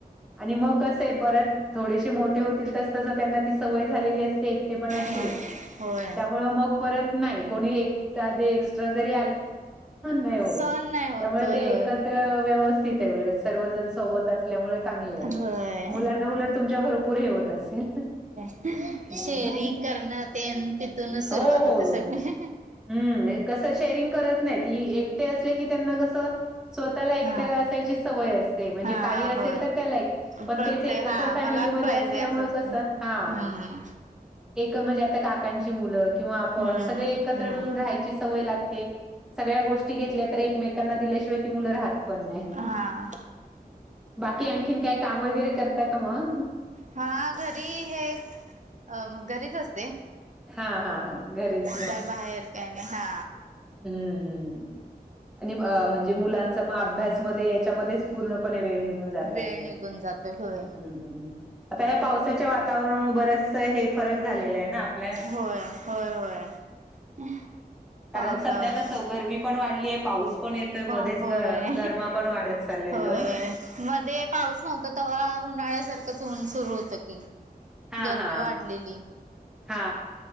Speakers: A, in the centre; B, on the right.
A: आणि मग कसं आहे परत थोडेसे मोठे होतील तस तसं त्यांना ती सवय झालेली असते ते पण अशी
B: होय. होय.
A: त्यामुळ मग त नाही ह नाही होत
B: सहन नाही होत.
A: त्यामुळे
B: होय होय.
A: व्यवस्थित उल सर्वजण सोबत असल्यामुळे चांग
B: होय.
A: मुलांना उट तुमच्या भपूर हे होत असेल
B: शेरिंग
A: हम्म
B: करण ते तिथूनच सुरुवात
A: हो हो.
B: होते सगळे
A: हम्म कसं शेअरिंग करत नाहीत एकटे असले की त्यांना कसं स्वतःला एकट्याला
B: हा.
A: असायची समय असते म्हणजे
B: हा
A: काही असेल
B: होय.
A: तर त्या एक पण
B: प्रत्येक
A: तेच एकत्र
B: हा
A: फॅमिलीमध्ये
B: मलाच पाहिजे
A: असल्यामुळे
B: असं असतं
A: कस
B: ना.
A: हा
B: हम्म.
A: एक म्हणजे आता काकांची मुलं किंवा आपण
B: हम्म.
A: सगळे एकत्र
B: हम्म.
A: मिळून राहायची सवय लागते सगळ्या गोष्टी घेतल्या तर एकमेकांना दिल्याशिवाय ती मुलं राहत पण नाही
B: हा.
A: बाकी आणखीन काही काम वगैरे करता का मग
B: हा घरी हे अ मग घरीच असते
A: हां, हां, हां. घरीच
B: काय बाहेर काय नाही हा
A: हम्म हम् हम् आणि म्हणजे मुलांचा मग अभ्यासमध्ये याच्यामध्येच पूर्णपणे वेळ निघून जात
B: वेळ
A: असेल
B: निघून जातो होय.
A: हम्म ह् आता या्या पावसाच्या वातावरणामुळे बरच हे फरक झालेला आहे ना आपल्या
B: होय होय होय
A: कारण
B: पावसात
A: सध्या कसं गरमी पण वाढलीय पाऊस पण येतोय
B: पण
A: मध्येच
B: होय.
A: ग गरमा पण वाढत चाललाय
B: होय
A: तो
B: मध्ये पाऊस नव्हता तेव्हा उन्हाळ्यासारखंच होऊन सुरू होतं की
A: हा
B: गरमी
A: हा
B: वाढलेली
A: हा